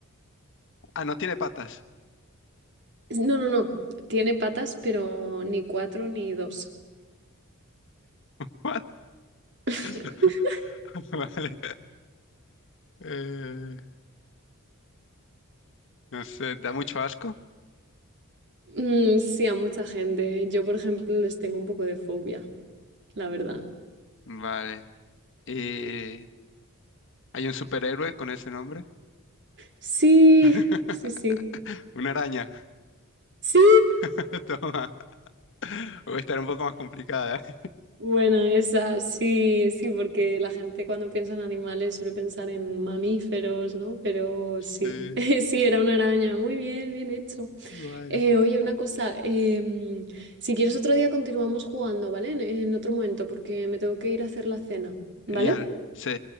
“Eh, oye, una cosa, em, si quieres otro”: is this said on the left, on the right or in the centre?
Right